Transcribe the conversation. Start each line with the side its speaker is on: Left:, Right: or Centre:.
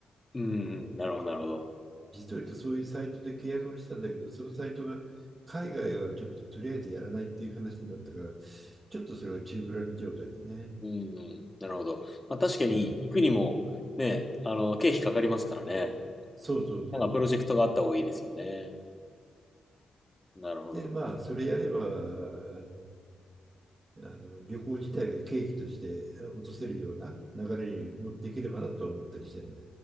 Left: うんうん、なるほど、なるほど。
Right: 実を言うとそういうサイトで契約をしたんだけど、そのサイトが海外はちょっととりあえずやらないっていう話になったから、ちょっとそれは宙ぶらりん状態でね。
Left: うんうん、なるほど。まあ確かに行くにもね、
Right: うん。
Left: あの、経費かかりますからね。
Right: そうそうそうそうそう
Left: なんかプロジェクトがあった方がいいですよね。なるほど。
Right: で、まあ、それやれば、あの、あの旅行自体が経費として落とせるような流れに乗っていければなと思ったりしてるんで。